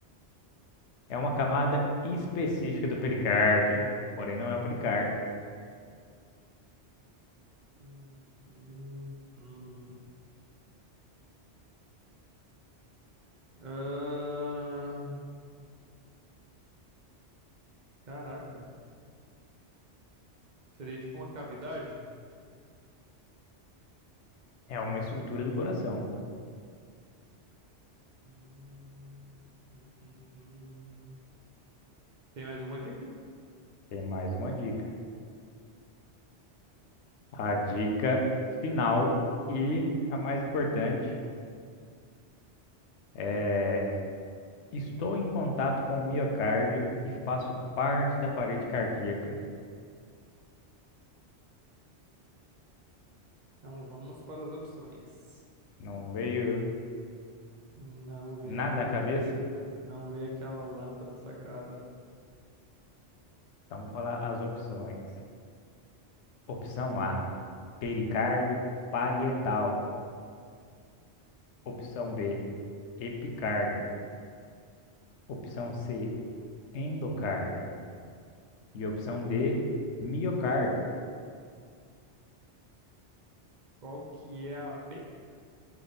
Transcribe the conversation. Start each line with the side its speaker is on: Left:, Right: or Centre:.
Left: É uma camada específica do pericárdio, porém não é o pericárdio.
Right: Hum, hum, hum. Ah, caraca. Seria tipo uma cavidade?
Left: É uma estrutura do coração.
Right: Hum, hum, hum, hum. Tem mais alguma dica?
Left: Tem mais uma dica. A dica final e a mais importante é: estou em contato com o miocárdio e faço parte da parede cardíaca.
Right: Então vamos para as opções.
Left: Não veio
Right: Não veio
Left: nada
Right: nada
Left: à cabeça?
Right: ainda. Não veio aquela lâmpada sagrada.
Left: Então vou falar as opções. Opção A, pericárdio parietal. Opção B, epicárdio. Opção C, endocárdio. E opção D, miocárdio.
Right: Qual que é a B?